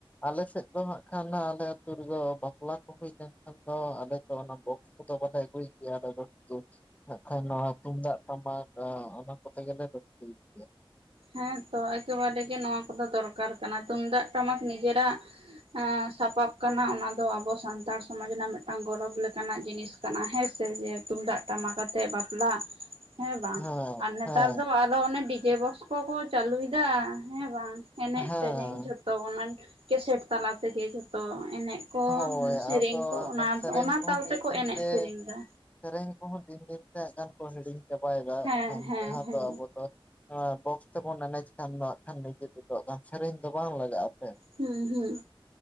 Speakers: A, on the left; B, on the right.
A: ᱟᱞᱮ ᱥᱮᱫ ᱫᱚ ᱦᱟᱸᱜ ᱠᱷᱟᱱ ᱦᱟᱸᱜ ᱟᱞᱮ ᱟᱹᱛᱩ ᱤᱭᱟᱹ ᱵᱟᱯᱞᱟ ᱠᱚ ᱦᱩᱭ ᱞᱮᱱᱠᱷᱟᱱ ᱫᱚ ᱟᱞᱮ ᱫᱚ ᱚᱱᱟ ᱵᱚᱠᱥ ᱠᱚᱫᱚ ᱵᱟᱞᱮ ᱟᱹᱜᱩᱭ ᱜᱮᱭᱟ ᱟᱞᱮ ᱦᱟᱸᱜ ᱠᱷᱟᱡ ᱱᱚᱣᱟ ᱛᱩᱢᱫᱟᱜ, ᱴᱟᱢᱟᱠ ᱚᱱᱟ ᱠᱚᱛᱮ ᱜᱮᱞᱮ ᱨᱟᱹᱥᱠᱟᱹᱭ ᱜᱮᱭᱟ
B: ᱦᱮᱸᱛᱚ ᱮᱠᱮᱵᱟᱨᱮ ᱜᱮ ᱱᱚᱣᱟ ᱠᱚᱫᱚ ᱫᱚᱨᱠᱟᱨ ᱠᱟᱱᱟ ᱛᱩᱢᱫᱟᱜ, ᱴᱟᱢᱟᱠ ᱱᱤᱡᱮᱨᱟᱜ ᱦᱟᱸ ᱥᱟᱯᱟᱵ ᱠᱟᱱᱟ ᱚᱱᱟ ᱫᱚ ᱟᱵᱚ ᱥᱟᱱᱛᱟᱲ ᱥᱚᱢᱟᱡᱽ ᱨᱮᱱᱟᱜ ᱢᱤᱫᱴᱟᱝ ᱜᱚᱨᱚᱵᱽ ᱞᱮᱠᱟᱱᱟᱜ ᱡᱤᱱᱤᱥ ᱠᱟᱱᱟ ᱦᱮᱸ ᱥᱮ ᱡᱮ ᱛᱩᱢᱫᱟᱜ, ᱴᱟᱢᱟᱠ ᱟᱛᱮ ᱵᱟᱯᱞᱟ ᱦᱮᱸ ᱵᱟᱝ
A: ᱦᱮᱸ
B: ᱟᱨ ᱱᱮᱛᱟᱨ
A: ᱦᱮᱸ
B: ᱫᱚ ᱟᱫᱚ ᱚᱱᱮ ᱰᱤ ᱡᱮ ᱵᱚᱥ ᱠᱚᱠᱚ ᱪᱟᱹᱞᱩᱭᱮᱫᱟ ᱦᱮᱸ ᱵᱟᱝ ᱮᱱᱮᱡ,
A: ᱦᱮᱸ
B: ᱥᱮᱨᱮᱧ ᱡᱷᱚᱛᱚ ᱚᱱᱟ ᱠᱮᱥᱮᱴ ᱛᱟᱞᱟ ᱛᱮᱜᱮ ᱡᱷᱚᱛᱚ ᱮᱱᱮᱡ ᱠᱚ
A: ᱦᱳᱭ
B: ᱥᱮᱨᱮᱧ
A: ᱟᱫᱚ
B: ᱠᱚ
A: ᱦᱟᱸᱜ
B: ᱚᱱᱟ
A: ᱠᱷᱟᱱ ᱥᱮᱨᱮᱧ
B: ᱚᱱᱟ
A: ᱠᱚᱦᱚᱸ
B: ᱛᱟᱞ
A: ᱫᱤᱱ
B: ᱛᱮᱠᱚ
A: ᱫᱤᱱ
B: ᱮᱱᱮᱡ
A: ᱛᱮ
B: ᱥᱮᱨᱮᱧ ᱫᱟ
A: ᱥᱮᱨᱮᱧ ᱠᱚᱦᱚᱸ ᱫᱤᱱ ᱫᱤᱱ ᱛᱮ ᱦᱟᱸᱜ ᱜᱟᱱ ᱠᱚ ᱦᱤᱲᱤᱧ ᱪᱟᱵᱟᱭᱮᱫᱟ
B: ᱦᱮᱸ
A: ᱠᱷᱟᱱ
B: ᱦᱮᱸ
A: ᱡᱟᱦᱟᱸ
B: ᱦᱮᱸ
A: ᱫᱚ ᱟᱵᱚ ᱫᱚ ᱟᱸ ᱵᱚᱠᱥ ᱛᱮᱵᱚᱱ ᱮᱱᱮᱡᱽ ᱠᱷᱟᱱ ᱫᱚ ᱠᱷᱟᱱ ᱱᱤᱡᱮ ᱛᱮᱫᱚ ᱦᱟᱸᱜ ᱠᱷᱟᱱ ᱥᱮᱨᱮᱧ ᱫᱚ ᱵᱟᱝ ᱞᱟᱜᱟᱜᱼᱟ ᱥᱮ
B: ᱦᱩᱸ ᱦᱩᱸ